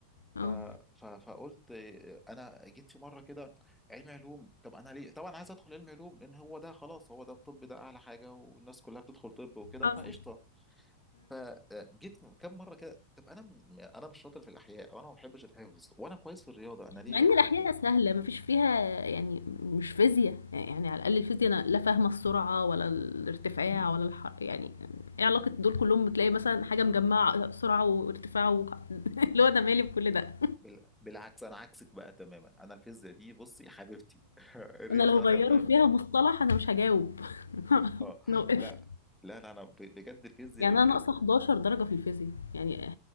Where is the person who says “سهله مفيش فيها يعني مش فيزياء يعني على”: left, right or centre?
Left